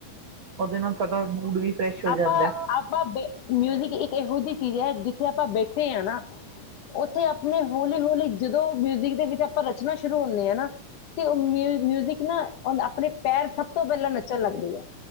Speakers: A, on the right; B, on the left.
A: ਉਦੇ ਨਾਲ ਸਾਡਾ ਮੂਡ ਵੀ ਫਰੈਸ਼ ਹੋ ਜਾਂਦਾ
B: ਆਪਾਂ,
A: ਹੈ।
B: ਆਪਾਂ ਬੇ ਮਿਉਜਿਕ ਇੱਕ ਏਹੋ ਚੀਜ਼ ਐ ਜੇ ਆਪਾਂ ਬੇਠੇ ਆ ਨਾ, ਉੱਥੇ ਆਪਣੇ ਹੌਲੀ ਹੌਲੀ ਜਦੋਂ ਮਿਉਜਿਕ ਦੇ ਵਿ ਆਪਾਂ ਰਚਨਾ ਸ਼ੁਰੂ ਹੁੰਨੇ ਆ ਨਾ, ਤੇ ਉਹ ਮਿਓਜ਼ ਮਿਉਜ਼ਿਕ ਨਾ ਹੁਣ ਆਪਣੇ ਪੈਰ ਸਭ ਤੋਂ ਪੈਲਾਂ ਨੱਚਣ ਲੱਗਦੇ ਆ,